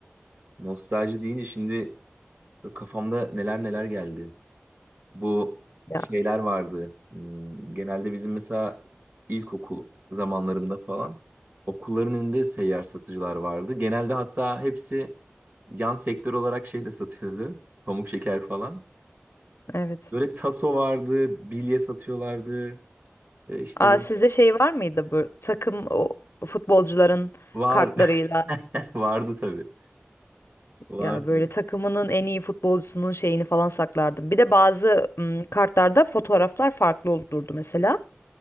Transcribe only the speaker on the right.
nostalji deyince şimdi Böyle Kafamda neler neler geldi. Bu
şeyler vardı. Hmm, Genelde bizim mesela ilkokul zamanlarında falan okulların önünde seyyar satıcılar vardı. Genelde hatta hepsi yan sektör olarak şey de satıyordu. <laughs> Pamuk şeker falan.
Böyle taso vardı, bilye satıyorlardı. E, İşte
böyle-
var
<laughs> vardı tabii. Vardı.